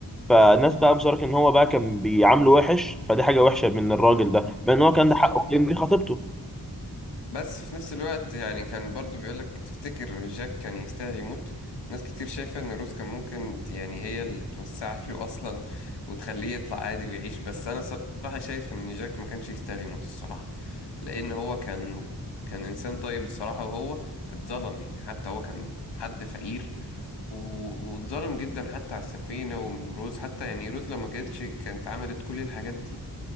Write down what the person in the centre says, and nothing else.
فالناس بقى مصارك ان هو بقى كان بيعامله وحش فدي حاجه وحشه من الراجل ده مع ان هو كان
ده حقه لان
دي خطيبته